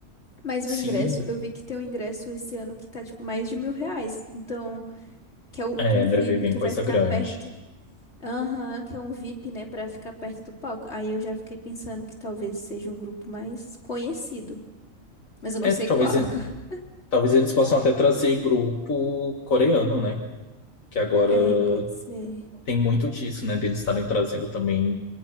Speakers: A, on the left; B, on the left.
A: Mas
B: Sim,
A: o ingresso, eu vi que tem um ingresso esse ano que tá, tipo, mais de mil reais. Então, que é um,
B: é,
A: um
B: deve
A: VIP
B: vir
A: que
B: coisa
A: vai ficar
B: grande.
A: perto. Aham, que é um VIP, né, pra ficar perto do palco. Aí eu já fiquei pensando que talvez seja um grupo mais conhecido. Mas eu não
B: É,
A: sei
B: talvez,
A: qual. <laughs>
B: talvez eles possam até trazer grupo coreano, né? que agora
A: É, pode ser.
B: tem muito disso, né, deles estarem trazendo também